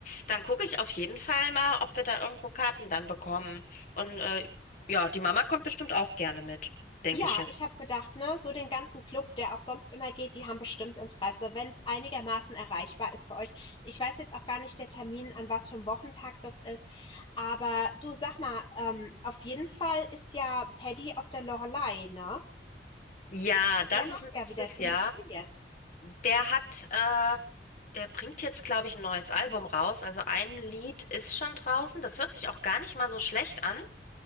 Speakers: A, on the left (about 45°); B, on the left (about 30°).
A: dann gucke ich auf jeden Fall mal, ob wir da irgendwo Karten dann bekommen. Und äh, ja, die Mama kommt bestimmt auch gerne mit, denke
B: Ja,
A: ich jetzt.
B: ich habe gedacht, ne, so den ganzen Club, der auch sonst immer geht, die haben bestimmt Interesse, wenn es einigermaßen erreichbar ist für euch. Ich weiß jetzt auch gar nicht der Termin, an was für einem Wochentag das ist. Aber du sag mal, ähm, auf jeden Fall ist ja Paddy auf der Loreley, ne?
A: Ja, das
B: Der macht
A: ist
B: ja
A: nächstes
B: wieder ziemlich
A: Jahr.
B: viel jetzt.
A: Der hat, äh, der bringt jetzt, glaube ich, ein neues Album raus. Also ein Lied ist schon draußen. Das hört sich auch gar nicht mal so schlecht an.